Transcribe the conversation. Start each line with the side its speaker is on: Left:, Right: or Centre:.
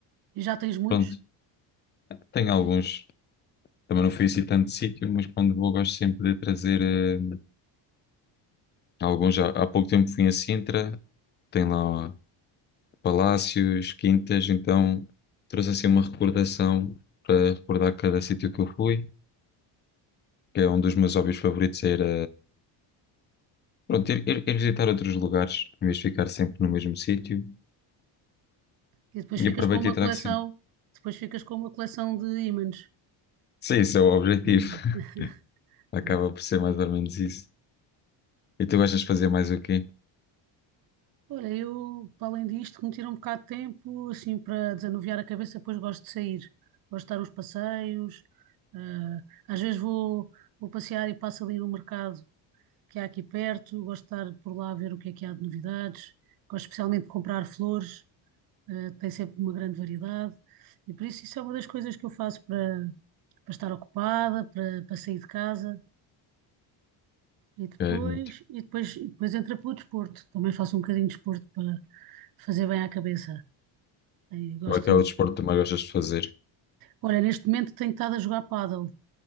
Right: E já tens muitos,
Left: Pronto, Tenho alguns, também não fui assim tanto de sítio, mas quando vou gosto sempre de trazer eh, alguns. já há pouco tempo fui a Sintra, tem lá palácios, quintas, então trouxe assim uma recordação para recordar cada sítio que eu fui, que é um dos meus hobbies favoritos era pronto, ir, ir- ir visitar outros lugares, em vez de ficar sempre no mesmo sítio,
Right: e depois ficas
Left: e aproveito
Right: com uma
Left: e trago
Right: coleção,
Left: sempre.
Right: depois ficas com uma coleção de ímãs.
Left: Sim, isso é o objetivo,
Right: É,
Left: <laughs> acaba
Right: é.
Left: por ser mais ou menos isso. E tu gostas de fazer mais o quê?
Right: Olha, eu, para além disto, que me tira um bocado de tempo, assim, para desanuviar a cabeça, depois gosto de sair. Gosto de dar uns passeios. ah, às vezes vou, vou passear e passo ali no mercado que há aqui perto. Gosto de estar por lá a ver o que é que há de novidades. Gosto especialmente de comprar flores, ah, tem sempre uma grande variedade. E por isso isso é uma das coisas que eu faço para, para estar ocupada, para, para sair de casa. E depois,
Left: Ok, muito.
Right: e depois, e depois entra pelo desporto. Também faço um bocadinho de desporto para fazer bem à cabeça. Aí gosto
Left: Qual é que é o
Right: de-
Left: desporto que também gostas de fazer?
Right: Olha, neste momento tenho estado a jogar pádel.